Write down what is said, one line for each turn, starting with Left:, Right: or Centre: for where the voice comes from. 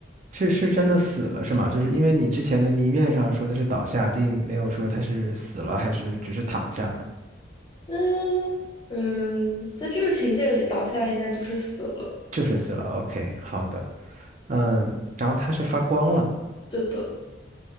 Right: 是是真的死了是吗？就是因为你之前的谜面上说的是倒下，并没有说他是死了还是只是躺下了，
Left: 嗯嗯，在这个情节里，倒下应该就是死了。
Right: 就是死了。OK，好的，嗯，然后它是发光了，
Left: 对的